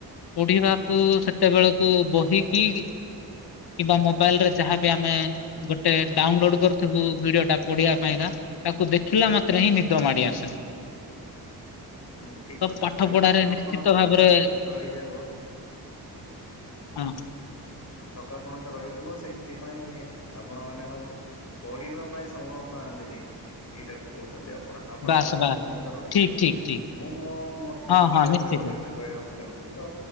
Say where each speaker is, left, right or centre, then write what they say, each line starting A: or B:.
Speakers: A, on the left (about 75°); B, on the left (about 45°).
A: ଓଡ଼ିଶା କୁ ସେତେବେଳକୁ ବହି କିକ୍ କିମ୍ବା ମୋବାଇଲ୍ ରେ ଯାହାବି ଆମେ ଉଁ ଗୋଟେ ଡାଉନ୍ ଲୋଡ୍ କରୁଥିବୁ ଭିଡିଓ ଟା ପଢିବା ପାଇଁକା। ତାକୁ ଦେଖିଲା ମାତ୍ରେ ହିଁ ନିଦ ମାଡି ଆସେ।
B: ହୁଁ ଠିକ୍
A: ତ
B: କଥା
A: ପାଠ
B: କହିଲେ
A: ପଢାରେ
B: ଥକାପଣ
A: ନିଶ୍ଚିତ
B: ତ
A: ଭାବରେ
B: ରହିଯିବ।
A: ହଁ।
B: ଥକାପଣ ତ ରହିଥିବ ସେଇଥିପାଇଁ ଆପଣ ମାନେ ଆଉ ପଢିବା ପାଇଁ ସମୟ ପା ପାନ୍ତିନି ଏଇଟା କହୁଛନ୍ତି ଆ ଆପଣ ଆପଣଙ୍କର
A: ବାସ୍ ବାସ୍
B: ମ ମତ ରଖିଲେ
A: ଠିକ ଠିକ ଠିକ
B: ମୁଁ ମୋ ମୋ
A: ହଁ
B: ହିସାବରେ
A: ହଁ ନିଶ୍ଚିତ
B: ଗୋଟେ କଥା କହିବାକୁ ଚାହୁଁ ଛି ତ